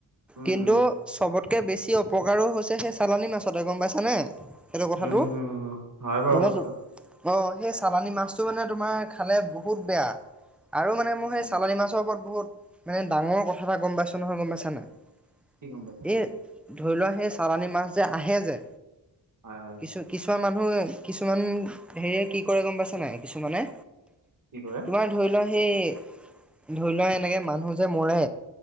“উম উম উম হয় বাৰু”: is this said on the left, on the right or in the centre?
Right